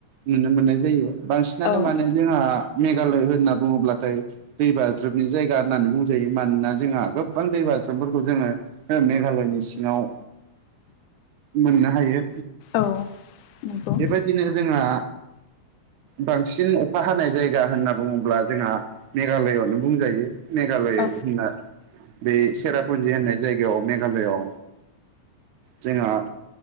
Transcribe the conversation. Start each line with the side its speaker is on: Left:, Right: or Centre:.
Right: नुनो मोननाय जायो। बांसिनानो
Left: औ
Right: माने जोंहा मेघालय होनना बुङोब्लाथाय दै बाज्रबनि जायगा होननानै बुंजायो मानोना जोंहा गोबां दै बाज फोरखौ जोङो मेघालयनि सिङाव मोननो हायो।
Left: औ नंगौ
Right: बेबायदिनो जोंहा बांसिन अखा हानाय जायगा होनना बुङोब्ला जोंहा मेघालयआवनो बुंजायो मेघालय
Left: औ
Right: होनना बे सेरापुन्जि होननाय जायगायाव मेघालआव जोंहा